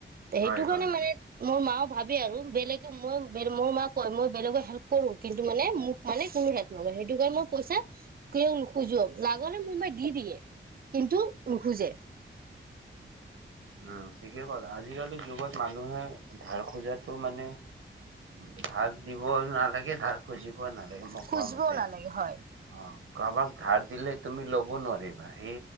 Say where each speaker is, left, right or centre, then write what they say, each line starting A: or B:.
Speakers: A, on the right; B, on the right.
A: তে
B: হয়,
A: হেইটো কাৰণে
B: হয়,
A: মানে- মোৰ মা ভাবে আৰু, বেলেগে মই বেল- মোৰ মা কয়- মই বেলেগক হেল্প কৰোঁ, কিন্তু মানে মোক মানে কোনো হেল্প নকৰে। হেইটো কাৰণ মই পইচা কিয়ও নোখোজোঁও। লাগ' হ'লে মোৰ মাই দি দিয়ে, কিন্তু নোখোজে।
B: উম্‌ ঠিকে কলা। আজিকালি যুগত মানুহে- ধাৰ খোজাটো মানে - ধাৰ দিবই নালাগে ধাৰ খুজিব নাল লাগে মই
A: খুজিবও
B: কোৱা মতে।
A: নালাগে হয়
B: অ' কাৰবাক ধাৰ দিলে তুমি ল'ব নোৱাৰিবাই।